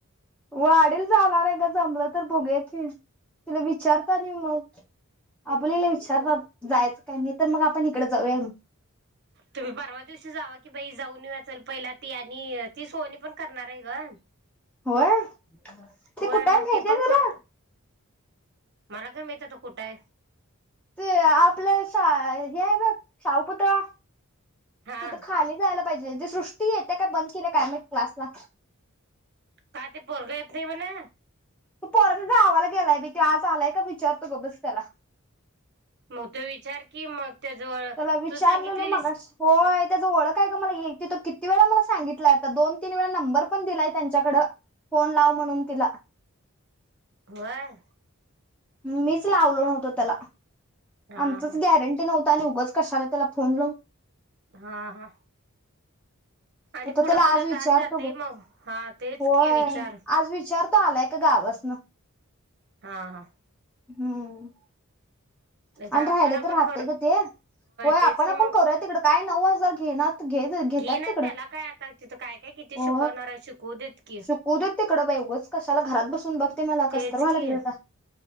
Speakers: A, in the centre; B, on the right.
A: वाडील जाणार आहे ग जमलं तर बोघू की तिला विचारता नाही मग आपलीला विचारत जायचं काही नाही तर मग आपण इकडे जाऊया मग
B: तुम्ही परवा दिवशी जावा की बाई जाऊन येऊया चल पहिला ती आणि ती सोनी पण करणार आहे ग
A: होय ती
B: होय
A: कुठ आहे
B: मग
A: माहिती
B: ती पण
A: आहे तुला
B: करतो मला काय माहित आता कुठ आहे
A: ते आपलं हे आहे बघ शाहूपुतळा
B: हा
A: त तर खाली जायला पाहिजे सृष्टी आहे काय बंद केलं काय माहीत क्लासला
B: काय ते पोरग येत नाही म्हणा
A: तू परत गावाला गेलाय मी तू आज आलाय का विचारतो गबस त्याला
B: मग तो विचार की मग त्याजवळ
A: त्याला विचारलं
B: तू सांगितलेलीस
A: ना मगाशी होय त्याच ओळख काय ग मला तिथ किती वे मला सांगितलाय दोन तीन वेळा नंबर पण दिलाय त्यांच्याकड फोन लाव म्हणून तिला माझ्या
B: होय
A: मीच लावलो नव्हतो त्याला
B: हा
A: आमचच
B: हा
A: गॅरंटी नव्हत आणि उगच कशाला त्याला फोन लावून
B: हा हा आणि
A: आता
B: पुढं
A: त्याला
B: पुढं
A: आज विचारतो
B: जात जातय
A: ग
B: मग हा तेच
A: होय
B: की विचार
A: आज विचारतो आलाय का गावस ना
B: हा हा
A: हम्म
B: नाहीतर
A: आणि
B: आपण
A: राहिलं
B: आपण
A: तर राहतेय
B: कर
A: गं ते. होय,
B: तेच
A: आपण-आपण
B: की मग
A: करूया तिकडं काय.. नऊ हजार घे नात घे- घेत्यात
B: ना
A: तिकडं?
B: त्याला काय आता तिथं काय काय किती
A: हो,
B: शिकवणार आहे शिकवू देत की
A: शिकू देत तिकडं बाई उगाच कशाला घरात बसून बघते मला
B: तेच
A: कस तरी व्हायला
B: की
A: लागलं आता.